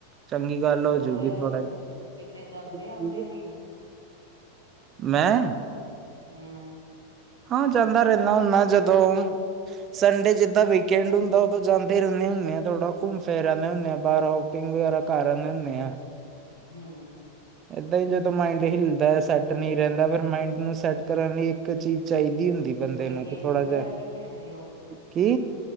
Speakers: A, on the right; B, on the right.
A: ਚੰਗੀ ਗੱਲ
B: ਹੋਰ
A: ਹੋ ਜੂਗੀ ਥੋੜਾ ਜਿ
B: ਕਿਤੇ ਜਾਂਦੇ-ਆਂਦੇ ਵੀ ਹੋ?
A: ਮੈਂ
B: ਹੂ,,,
A: ਹਾਂ ਜਾਦਾ ਰਹਿਦਾ ਹੁੰਦਾ ਜਦੋ ਸੰਡੇ ਜਿਦਾ ਵੀਕਐਡ ਹੁੰਦਾ ਉਦੋ ਜਾਦੇ ਰਹਿਦੇ ਹੁਦੇ ਹਾਂ ਥੋੜਾ ਘੁੰਮ ਫਿਰ ਆਨੇ ਹੋਦੇ ਹਾਂ ਬਾਹਰ ਆਓ ਆਟਿੰਗ ਵਗੈਰਾ ਕਰ ਹੁੰਦੇ ਆ
B: ਹੂ,,,
A: ਏਦਾ ਹੀ ਜਦੋ ਮਾਇਡ ਹਿਲਦਾ ਹੈ। ਸੈਟ ਨਹੀ ਰਹਿਦਾ ਫਿਰ ਮਾਇਡ ਨੂੰ ਸੈਟ ਕਰਨ ਲਈ ਇਕ ਚੀਜ਼ ਚਾਹੀਦੀ ਹੁੰਦੀ ਬੰਦੇ
B: ਕੋਈ
A: ਨੂੰ
B: ਗੇਮ
A: ਕਿ ਥੋੜਾ
B: ਵਗੈਰਾ
A: ਜਿਹਾ
B: ਵੀ ਖੇਡਦੇ ਹੋ।
A: ਕੀ